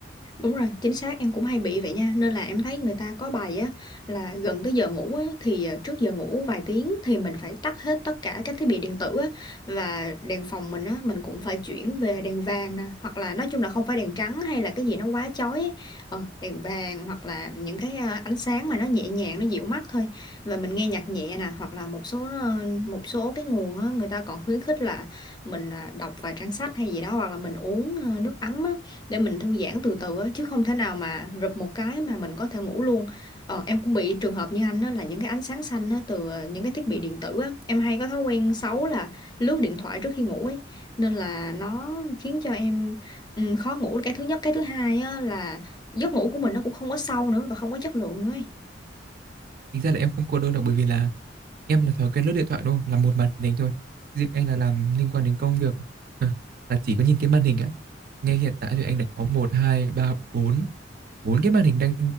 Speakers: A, on the left; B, on the right.
A: Đúng rồi, chính xác em cũng hay bị vậy nha. Nên là em thấy người ta có bài á là gần tới giờ ngủ á thì ờ, trước giờ ngủ vài tiếng thì mình phải tắt hết tất cả các thiết bị điện tử á và đèn phòng mình á mình cũng phải chuyển về đèn vàng nè, hoặc là nói chung là không phải đèn trắng hay là cái gì nó quá chói ấy. Ờ, đèn vàng hoặc là những cái ờ, ánh sáng mà nó nhẹ nhàng nó dịu mắt thôi. Và mình nghe nhạc nhẹ nè, hoặc là một số ờ, một số cái nguồn á người ta còn khuyến khích là mình ờ, đọc vài trang sách hay gì đó hoặc là mình uống ờ, nước ấm á để mình thư giãn từ từ á chứ không thể nào mà rụp một cái mà mình có thể ngủ luôn ờ, em cũng bị trường hợp như anh á là những cái ánh sáng xanh á từ ờ, những cái thiết bị điện tử á em hay có thói quen xấu là lướt điện thoại trước khi ngủ ấy nên là nó khiến cho em ừ, khó ngủ là cái thứ nhất cái thứ hai á là giấc ngủ của mình nó cũng không có sâu nữa và không có chất lượng nữa ấy.
B: Tính ra là em không cô đơn đâu bởi vì là em là thói quen lướt điện thoại đúng không? Là một màn hình thôi. Riêng anh là làm liên quan đến công việc <laughs> là chỉ có nhìn cái màn hình á. Ngay hiện tại thì anh đã có một 2 3 4 4 cái màn hình đang